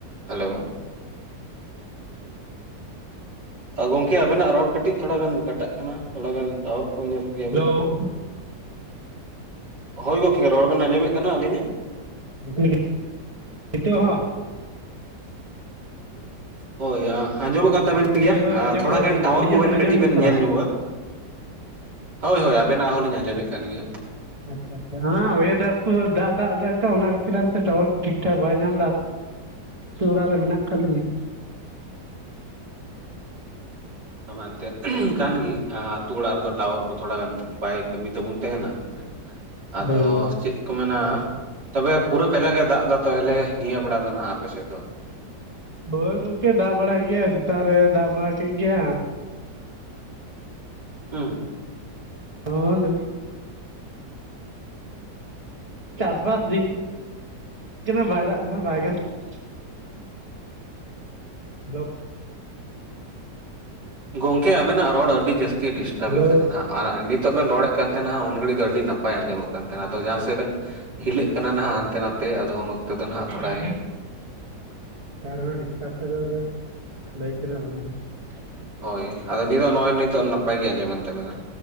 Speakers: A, on the right; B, on the right.
A: Hello
B: <inaudible>
A: ᱜᱚᱝᱠᱮ ᱟᱵᱮᱱᱟᱜ ᱨᱚᱲ ᱠᱟᱹᱴᱤᱡ ᱛᱷᱚᱲᱟ ᱜᱟᱱ ᱠᱟᱴᱟᱜ ᱠᱟᱱᱟ ᱛᱷᱚᱲᱟ ᱜᱟᱱ ᱴᱟᱣᱟᱨ ᱧᱮᱞ ᱠᱮᱭᱟ ᱵᱮᱱ
B: ᱦᱮᱞᱳ
A: ᱦᱳᱭ ᱜᱚᱝᱠᱮ ᱨᱚᱲ ᱵᱮᱱ ᱟᱸᱡᱚᱢᱮᱜ ᱠᱟᱱᱟ ᱟᱹᱞᱤᱧᱟᱜ
B: <unintelligible> ᱱᱤᱛᱚᱜ ᱦᱚᱸ
A: ᱦᱳᱭ ᱟᱸᱡᱚᱢᱚᱜ ᱠᱟᱱ ᱛᱟᱵᱮᱱ ᱜᱮᱭᱟ
B: ᱦᱳᱭ ᱦᱳᱭ ᱟᱸᱡᱚᱢ
A: ᱛᱷᱚᱲᱟ
B: ᱫᱟᱞᱤᱧ
A: ᱜᱟᱱ ᱴᱟᱣᱟᱨ
B: ᱟᱹᱞᱤᱧᱟᱜ
A: ᱠᱚᱵᱮᱱ
B: ᱟᱸᱡᱚᱢ
A: ᱠᱟᱹᱴᱤᱡ ᱵᱮᱱ
B: ᱫᱟᱥᱮ
A: ᱧᱮᱞ
B: ᱵᱟᱝ
A: ᱧᱚᱜᱟ ᱦᱳᱭ ᱦᱳᱭ ᱟᱵᱮᱱᱟᱜ ᱦᱚᱸ ᱞᱤᱧ ᱟᱸᱡᱚᱢᱮᱫ ᱠᱟᱱ ᱜᱮᱭᱟ
B: ᱟᱪᱪᱷᱟ ᱟᱪᱪᱷᱟ ᱦᱮᱸ ᱳᱭᱮᱫᱟᱨ ᱠᱚ ᱫᱟᱜ ᱫᱟᱜ ᱫᱟᱭ ᱛᱚ ᱚᱱᱟ ᱠᱷᱟᱹᱛᱤᱨ ᱴᱟᱣᱟᱨ ᱠᱚ ᱴᱷᱤᱠ ᱴᱷᱟᱠ ᱵᱟᱭ ᱧᱟᱢ ᱮᱫᱟ ᱟᱹᱛᱳ ᱚᱲᱟᱜ ᱨᱮ ᱢᱮᱱᱟᱜ ᱟᱠᱟᱫ ᱞᱤᱧᱟ
A: ᱢᱮᱱ ᱮᱱᱛᱮᱫ ᱠᱟᱱ ᱜᱮ ᱟᱹᱛᱳ ᱚᱲᱟᱜ ᱨᱮᱫᱚ ᱴᱟᱣᱟᱨ ᱠᱚ ᱛᱷᱚᱲᱟ ᱜᱟᱱ ᱵᱟᱭ ᱠᱟᱹᱢᱤ ᱛᱟᱵᱚᱱ ᱛᱟᱦᱮᱱᱟ ᱟᱫᱚ
B: ᱦᱳᱭ
A: ᱪᱮᱫ ᱠᱚ ᱢᱮᱱᱟ ᱛᱚᱵᱮ ᱯᱩᱨᱟᱹ ᱠᱟᱡᱟᱠ ᱜᱮ ᱫᱟᱜ ᱮᱫᱟ ᱛᱚᱦᱞᱮ ᱱᱤᱭᱟᱹ ᱵᱮᱲᱟ ᱫᱚ ᱱᱷᱟᱜ ᱟᱯᱮ ᱥᱮᱫ ᱫᱚ
B: ᱦᱳᱭ ᱜᱚᱝᱠᱮ ᱫᱟᱜ ᱵᱟᱲᱟᱭᱮᱫ ᱜᱮᱭᱟᱭ ᱥᱮᱛᱟᱜ ᱨᱮᱭ ᱫᱟᱜ ᱵᱟᱲᱟ ᱠᱮᱫ ᱜᱮᱭᱟ
A: ᱦᱩᱸ
B: ᱦᱮᱸ ᱪᱟᱥᱵᱟᱥ ᱫᱤᱱ ᱠᱟᱱᱟ ᱵᱟᱭ ᱫᱟᱜ ᱨᱮᱦᱚᱸ ᱵᱟᱭ ᱜᱟᱱᱚᱜᱼᱟ ᱾ ᱜᱟᱱᱚᱜ
A: ᱜᱚᱝᱠᱮ ᱟᱵᱤᱱᱟᱜ ᱨᱚᱲ ᱟᱹᱰᱤ ᱡᱟᱹᱥᱛᱤ ᱰᱤᱥᱴᱟᱵᱮᱫ
B: ᱦᱮᱞᱳ
A: ᱠᱟᱱᱟ ᱱᱟᱸᱜ ᱟᱨ ᱱᱤᱛᱚᱜ ᱵᱮᱱ ᱨᱚᱲᱮᱫ ᱠᱟᱱ ᱛᱟᱦᱮᱱᱟ ᱩᱱ ᱜᱷᱟᱹᱲᱤᱡ ᱫᱚ ᱟᱹᱰᱤ ᱱᱟᱯᱟᱭ ᱟᱸᱡᱚᱢᱚᱜ ᱠᱟᱱ ᱛᱟᱦᱮᱱᱟ ᱟᱫᱚ ᱡᱟᱦᱟᱸ ᱥᱮᱫ ᱵᱮᱱ ᱦᱤᱞᱟᱹᱜ ᱠᱟᱱᱟ ᱱᱟᱦᱟᱜ ᱦᱟᱱᱛᱮ ᱱᱟᱛᱮ ᱟᱫᱚ ᱫᱚ ᱱᱟᱦᱟᱜ ᱛᱷᱚᱲᱟᱭ
B: ᱵᱟᱨᱭᱟ ᱨᱮᱦᱚᱸ ᱰᱤᱥᱴᱟᱵ ᱠᱷᱟᱡᱽ ᱫᱚ ᱞᱟᱹᱭ ᱛᱮᱱᱟᱜ ᱵᱟᱹᱱᱩᱜ - ᱟ ᱾
A: ᱦᱳᱭ ᱟᱫᱚ ᱱᱤᱛᱚᱜ ᱱᱚᱜᱼᱚᱭ ᱱᱤᱛᱚᱜ ᱱᱟᱯᱟᱭ ᱜᱮ ᱟᱸᱡᱚᱢᱮᱱ ᱛᱟᱵᱮᱱᱟ